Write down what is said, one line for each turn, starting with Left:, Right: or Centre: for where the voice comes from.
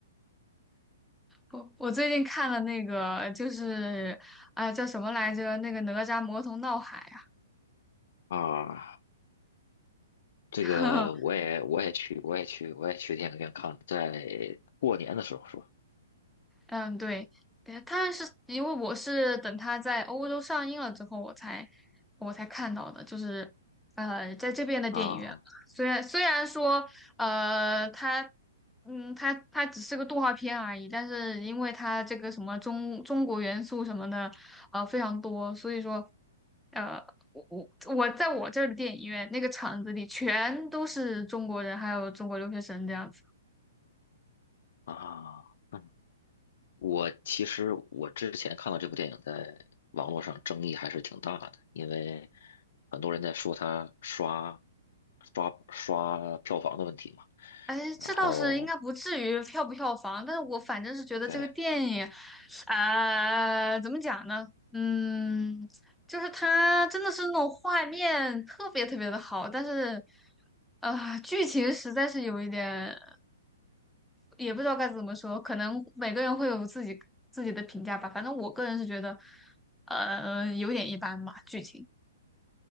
Centre: 我我最近看了那个，就是哎叫什么来着？那个哪吒魔童闹海啊，
Left: 啊，这个我也我也去我也去我也去电影院看了，
Centre: <laughs>
Left: 在过年的时候是吧？
Centre: 嗯，对，对但是因为我是等它在欧洲上映了之后，我才我才看到的，就是呃，在这边的电影院嘛。
Left: 啊
Centre: 虽然虽然说呃，它嗯，它它只是个动画片而已，但是因为它这个什么中中国元素什么的，呃，非常多，所以说呃，我我我在我这儿的电影院那个场子里全都是中国人，还有中国留学生这样。子。
Left: 啊，嗯我其实我之前看到这部电影在网络上争议还是挺大的，因为很多人在说它刷刷刷票房的问题嘛。
Centre: 哎，
Left: 然后
Centre: 这倒是应该不至于票不票房，但是我反正是觉得这个电影，
Left: 对
Centre: 呃，怎么讲呢？嗯，就是它真的是那种画面特别特别的好，但是，啊、剧情实在是有一点，也不知道该怎么说，可能每个人会有自己自己的评价吧。反正我个人是觉得，呃，有点一般吧，剧情。